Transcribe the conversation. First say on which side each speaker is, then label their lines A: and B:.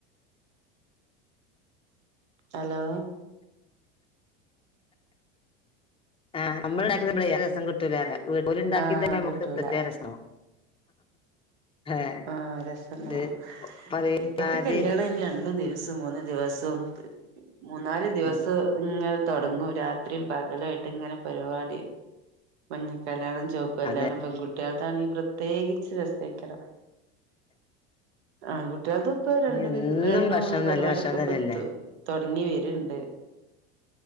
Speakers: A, on the right; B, on the left.
A: ഹലോ
B: ആഹ് നമ്മള്ണ്ടാ ക്കുന്നപ്പളെ നല്ല ര ഓല്ണ്ടാക്കി
A: ആഹ്
B: തരുമ്പോ ഞമ്മക്ക്
A: കിട്ടൂല
B: പ്രത്യേക രസാവും. ഏഹ്
A: ആഹ് രസണ്ടാവും.
B: ഇത് പറയാതെ
A: ഇപ്പത്തെ കല്യാണയ്ന് രണ്ടു ദിവസം മൂന്നുദിവസം മൂന്നാല് ദിവസം
B: ഉം
A: ഇങ്ങനെ തൊടങ്ങും രാത്രീം പകലോയ്യിട്ട് ഇങ്ങനെ പരിവാടി മഞ്ഞ കല്യാണം ചോ കല്യാണം
B: അതെ
A: പെൺകുട്ടിയേളതാണെങ്കി പ്രത്യേകിച്ച് രസേക്കാരം. ആൺ കുട്ടികൾക്കും ഇപ്പൊ
B: എന്നും
A: രണ്ടും
B: ഭക്ഷണം
A: മൂന്നും പരിവാടിക്കെ
B: നല്ല ഭക്ഷണം
A: ഇപ്പ
B: തന്നെയല്ലേ
A: തൊടങ്ങി വര്ണ്ട്.